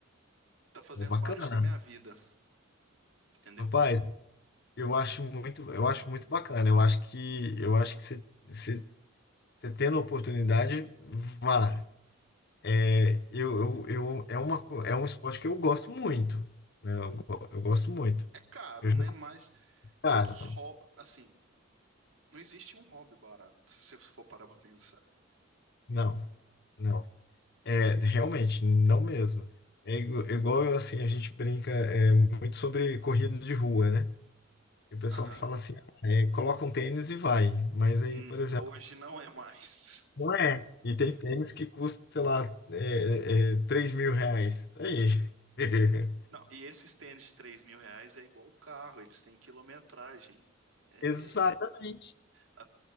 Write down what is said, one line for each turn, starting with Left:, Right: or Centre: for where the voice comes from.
Right: tá fazendo
Left: É bacana.
Right: parte da minha vida, entendeu?
Left: Rapaz, eu acho muito, eu acho muito bacana. Eu acho que, eu acho que você você- você tendo a oportunidade, vá. É, eu, eu, eu, é uma, co- é um esporte que eu gosto muito, né? Eu, go- eu gosto muito.
Right: É caro,
Left: Eu
Right: né?
Left: já,
Right: Mas
Left: cara,
Right: todos os hobbies, assim, não existe um hobby barato, se eu for parar pra pensar.
Left: não, não. É, realmente, não mesmo. É igu- igual, assim, a gente brinca é, muito sobre corrida de rua, né? E o pessoal
Right: Aham.
Left: fala assim, ah, é, coloca um tênis e vai. Mas aí,
Right: Hum,
Left: por exemplo,
Right: Hoje não é mais.
Left: não é. E tem tênis que custa, sei lá, é, é, 3 mil reais. Aí. <laughs>
Right: Não, e esse stand de 3 mil reais é igual o carro, eles têm quilometragem. É,
Left: Exatamente.
Right: a-